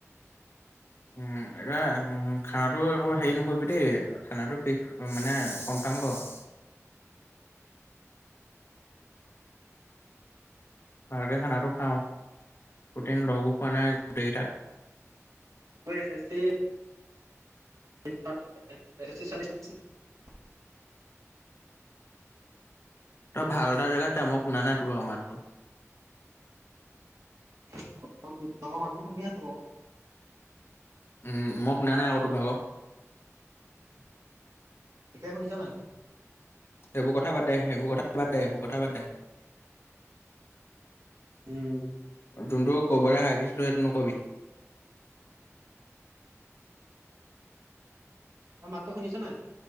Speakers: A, on the left (about 50°); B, on the right (about 80°).
A: উম এতিয়া খানাটো আকৌ হেৰি নকৰিবি দেই খানাটো ফিক্স মানে কনফাৰ্ম কৰ । ভালকে খানাটো খাওঁ, প্ৰতিদিন লগো পোৱা নাই গোটেইগিতাক ।
B: কৰি আছে চি <unintelligible>
A: তই ভাল এটা জেগাত যা মই শুনা নাই তোৰভাগৰ মাতটো ।
B: <unintelligible> মাতটো শুনি আছো বাৰু।
A: উম মই শুনা নাই আকৌ তোৰ ভাগৰ ।
B: এতিয়া, শুনিছা নে?
A: এইবোৰ কথা বাদ দে। সেইবোৰ কথা বাদ দে। এইবোৰ কথা বাদ দে।
B: উম।
A: যোনটো ক'বলৈ হাক দিছোঁ, সেইটো নক'বি।
B: তই মাতটো শুনিছ নাই?